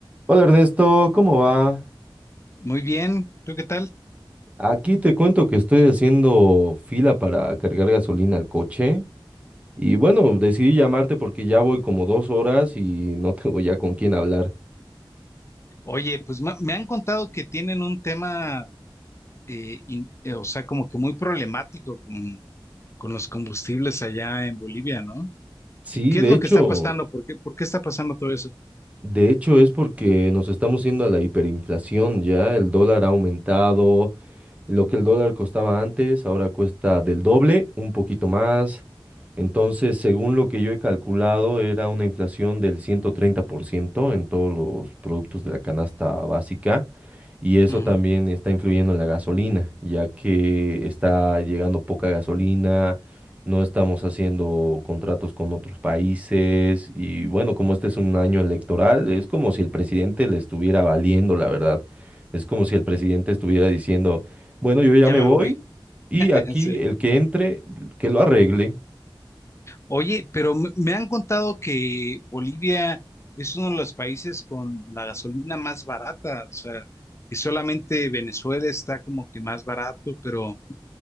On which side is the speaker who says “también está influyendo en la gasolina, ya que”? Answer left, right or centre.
Right